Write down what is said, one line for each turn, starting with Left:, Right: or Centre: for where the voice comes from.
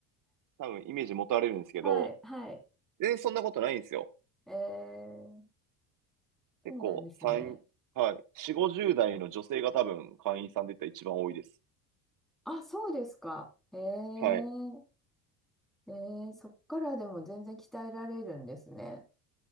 Right: 多分イメージ持たれるんですけど、
Centre: はい、はい。
Right: 全然そんなことないんですよ。
Centre: えー、
Right: 結構、
Centre: そうなんですね。
Right: 三はい、4、50代の女性が多分会員さんで言ったら一番多いです。
Centre: あ、そうですか。えー、
Right: はい。
Centre: えー、そっからでも全然鍛えられるんですね。